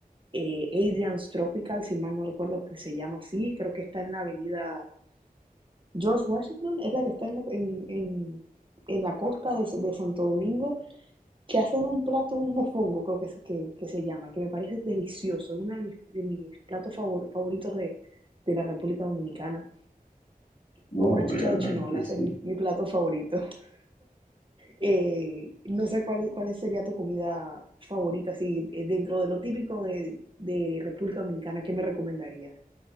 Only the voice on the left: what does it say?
Wow,
realmente,
sí.